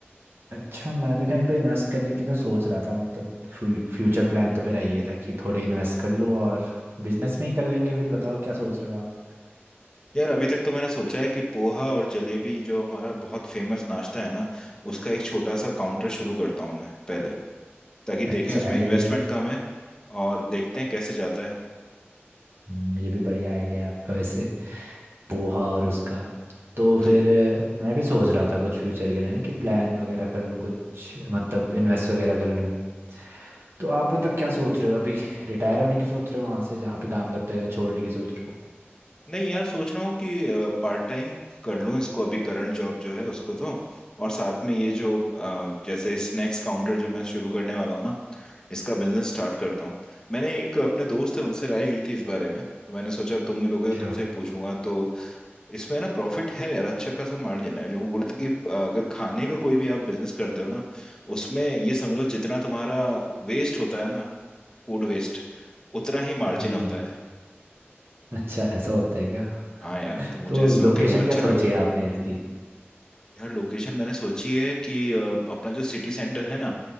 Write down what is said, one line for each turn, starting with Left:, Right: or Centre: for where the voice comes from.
Right: अच्छा मैं भी कहीं पे इन्वेस्ट करने की तो सोच रहा था मतलब फ्यू, फ्यूचर प्लान तो मेरा ये था कि थोड़े इन्वेस्ट कर लो और बिजनेस में ही कर लेंगे फिर बताओ क्या सोच रहे हो आप
Left: यार अभी तक तो मैंने सोचा है कि पोहा और जलेबी जो हमारा बहुत फेमस नाश्ता है ना उसका एक छोटा सा काउंटर शुरू करता हूँ मैं पहले ताकि
Right: अच्छा
Left: देखें उसमें इन्वेस्टमेंट
Right: ये भी
Left: कम है और देखते हैं कैसे जाता
Right: हम्म, ये भी बढ़िया आइडिया है आपका वैसे पोहा और उसका तो फिर
Left: है
Right: अ, मैं भी सोच रहा था कुछ फ्यूचर के लिए ना कि प्लान वगैरह कर लूँ कुछ मतलब इन्वेस्ट वगैरह कर लूँ तो आप मतलब क्या सोच रहे हो अभी रिटायर होने की सोच रहे हो वहाँ से जहाँ पे काम करते हो या छोड़ने की सोच रहे हो
Left: नहीं यार सोच रहा हूँ कि पार्ट टाइम कर लूँ इसको अभी करंट जॉब जो है उसको तो और साथ में ये जो अ, जैसे स्नैक्स काउंटर जो मैं शुरू करने वाला हूँ ना इसका बिजनेस स्टार्ट करता हूँ मैंने एक अपने दोस्त है उनसे राय ली थी इस बारे में तो मैंने सोचा तुम मिलोगे तो
Right: अच्छा
Left: तुमसे ही पूछूंगा तो इसमें ना प्रॉफिट है यार अच्छा खासा मार्जिन है जो वो बोले थे कि अ, अगर खाने का कोई भी आप बिजनेस करते हो ना उसमें ये समझ लो जितना तुम्हारा वेस्ट होता है ना फूड वेस्ट उतना ही मार्जिन
Right: जी
Left: होता
Right: जी
Left: है
Right: अच्छा ऐसा होता है क्या
Left: हाँ यार तो मुझे
Right: तो
Left: सुन
Right: लोकेशन
Left: के बड़ा अच्छा
Right: क्या
Left: लगा
Right: सोची है आपने इसकी
Left: यार लोकेशन मैंने सोची है कि अ, अपना जो सिटी सेंटर है ना